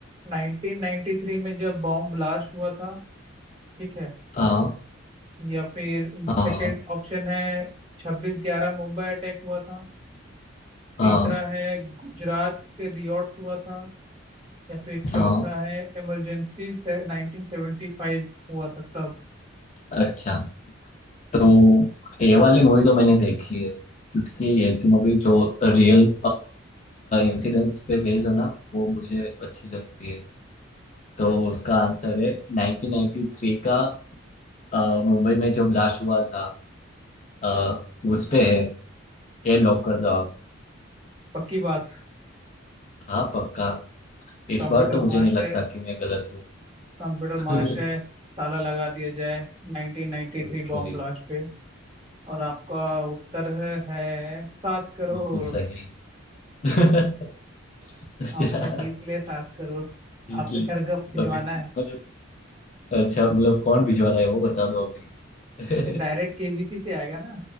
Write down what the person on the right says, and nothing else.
1993 में जब बॉम्ब ब्लास्ट हुआ था ठीक है
या फिर
सेकंड ऑप्शन है छब्बीस ग्यारह मुंबई अटैक हुआ था तीसरा
है गुजरात के रियॉट हुआ था या फिर चौथा
है इमरजेंसी से 1975 हुआ था तब
पक्की बात
कंप्यूटर
मार्श
है
कंप्यूटर
मार्श है ताला लगा दिया जाए 1993
बॉम्ब ब्लास्ट पे और आपका उत्तर है सात करोड़
आपने जीत लिया सात करोड़
आपके
घर गप भिजवाना
है
डायरेक्ट केबीसी से आएगा ना